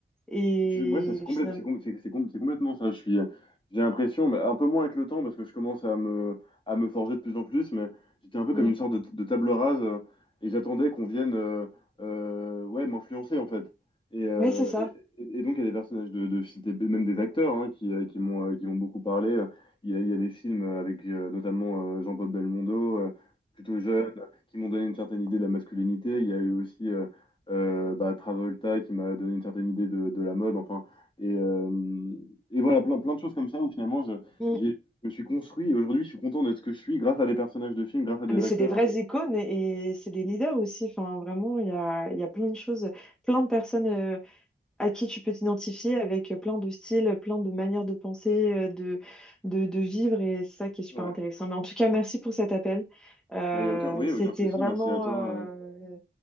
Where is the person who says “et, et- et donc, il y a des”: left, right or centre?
Left